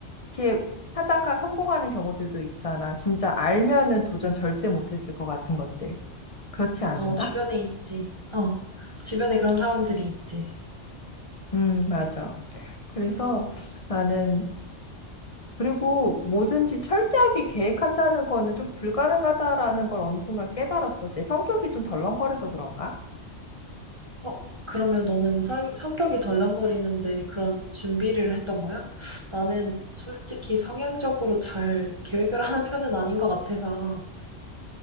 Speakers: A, on the left (about 30°); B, on the right (about 25°).
A: 이렇게 하다가 성공하는 경우들도 있잖아. 진짜 알면은 도전 절대 못했을 것 같은 것들. 그렇지 않는가?
B: 어, 주변에 있지. 어, 주변에 그런 사람들이 있지.
A: 음, 맞아. 그래서 나는 그리고 뭐든지 철저하게 계획한다는 거는 좀 불가능하다라는 걸 어느 순간 깨달았어. 내 성격이 좀 덜렁거려서 그런가?
B: 어, 그러면 너는 성, 성격이 덜렁거리는데 그런 준비를 했던 거야? 나는 솔직히 성향적으로 잘 계획을 하는 편은 아닌 것 같아서.